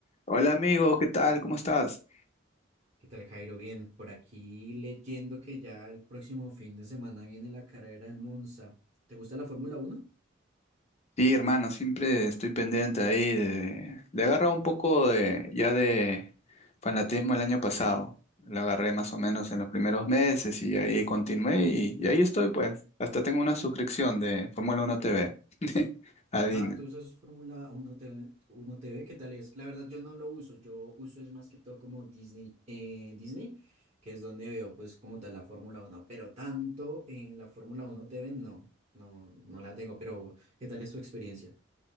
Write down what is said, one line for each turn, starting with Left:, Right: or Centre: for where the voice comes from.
Left: Hola amigo, ¿qué tal? ¿Cómo estás?
Right: ¿Qué tal, Jairo? Bien, por aquí leyendo que ya el próximo fin de semana viene la carrera en Monza. ¿Te gusta la Fórmula Uno?
Left: Sí, hermano, siempre estoy pendiente ahí de... Le agarra un poco de ya de fanatismo el año pasado. Lo agarré más o menos en los primeros meses y ahí continué y, y ahí estoy pues. Hasta tengo una suscripción de Fórmula 1 TV. <laughs> Adivina.
Right: Ah, tú usas Fórmula 1 TV, 1 TV, ¿qué tal es? La verdad yo no lo uso, yo uso es más que todo como Disney, eh, Disney, que es donde veo pues como tal la Fórmula Uno. pero tanto en la Fórmula Uno T V no, no, no la tengo, pero ¿qué tal es tu experiencia?